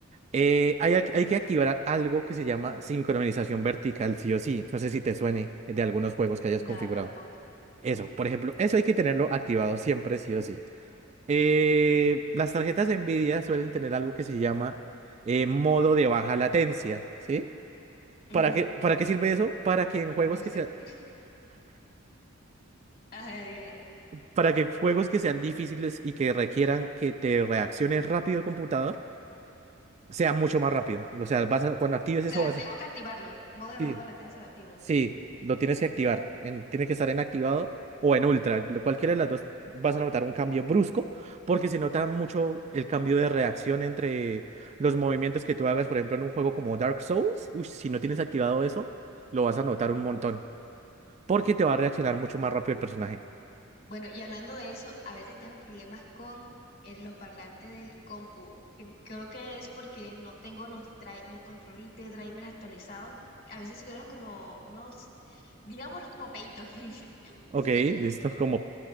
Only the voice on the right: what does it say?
Eh, hay, ac- hay que activar algo que se llama sincronización vertical, sí o sí. No sé si te suene de algunos juegos que hayas
configurado.
Eso, por ejemplo, eso hay que tenerlo activado siempre, sí o sí. Eh, las tarjetas Nvidia suelen tener algo que se llama eh, modo de baja latencia, ¿sí? ¿Para
qué, para qué sirve eso? Para que en juegos
que
sea,
para que juegos que sean difíciles y que requieran que te reacciones rápido el computador, sea mucho más rápido. O sea, vas a- cuando actives
eso
vas
a...
sí,
Sí, lo tienes que activar. en- tiene que estar en activado o en ultra. lo- Cualquiera de las dos vas a notar un cambio brusco porque se nota mucho el cambio de reacción entre los movimientos que tú hagas, por ejemplo, en un juego como Dark Souls. uy, si no tienes activado eso, lo vas a notar un montón porque te va a reaccionar mucho más rápido el personaje.
Ok,
listo, como...